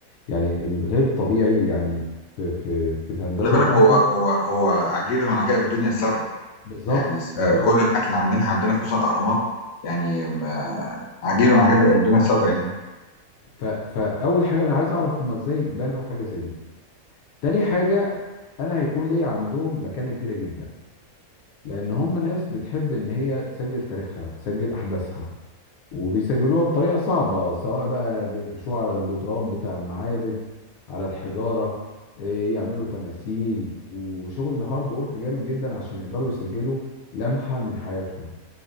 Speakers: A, on the left; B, on the left.
A: يعني الغير طبيعي يعني في في في الهندسه
B: خلي بالك
A: بتاعته
B: هو هو هو عجيبة من عجائب الدنيا السبع
A: بالظبط
B: يعني س-
A: بالظبط
B: آه، كل الحاجات اللي عندنا عندنا خصوصا الأهرامات يعني م- آه، عجيبة من عجائب الدنيا السبع يعني
A: ف- فاول حاجه انا عايز اعرف هم ازاي بنوا حاجه زي دي تاني حاجه انا هيكون ليا عندهم مكانه كبيره جدا لان هم ناس بتحب ان هي تسجل تاريخها تسجل احداثها وبيسجلوها بطريقة صعبة سواء بقى بينقشوها على الجدران بتاع المعابد على الحجارة إيه، يعملوا تماثيل وشغل هارد وورك جامد جدا عشان يقدروا يسجلوا لمحة من حياتهم